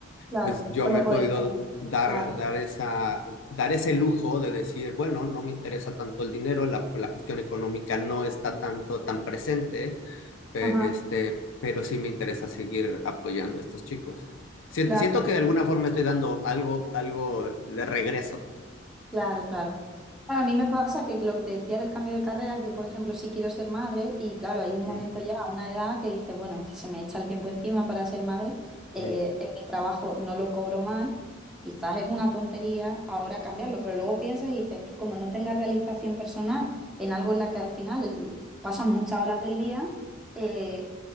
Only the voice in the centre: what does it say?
Claro,
os
lo
podéis permitir.
Claro.
Ajá.
Claro,
claro, claro. Claro, a mí me pasa que lo que te decía del cambio de carrera, yo por ejemplo sí quiero ser madre y claro, hay un momento
ya, una edad que dices, bueno, es que se me echa el tiempo encima para ser madre, eh,
en mi trabajo no lo cobro mal, quizás es una tontería ahora cambiarlo, pero luego piensas y dices, es que como no tenga realización personal en algo en la que al final el- pasan muchas horas del día, eh,